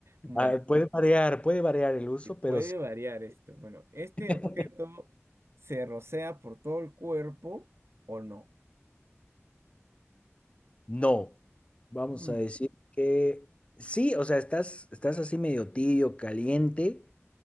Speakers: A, on the right (about 60°); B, on the left (about 25°).
A: Bueno,
B: Ah, puede variar, puede variar el uso,
A: y puede
B: pero sí.
A: variar esto. Bueno, ¿este
B: <laughs>
A: objeto se rocea por todo el cuerpo o no?
B: No, vamos
A: Mm,
B: a decir que sí, o sea, estás, estás así medio tibio, caliente,